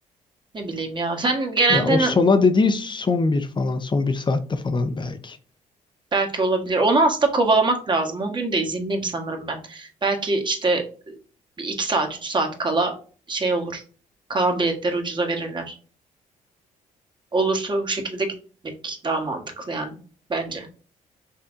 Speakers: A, on the right; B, on the left.
A: Ne bileyim ya. Sen genelde
B: Ya o sona
A: n-
B: dediği son bir falan. Son bir saatte falan belki.
A: belki olabilir. Onu aslında kovalamak lazım. O gün de izinliyim sanırım ben. Belki işte bir iki saat, üç saat kala şey olur. Kalan biletleri ucuza verirler. Olursa bu şekilde gitmek daha mantıklı yani bence.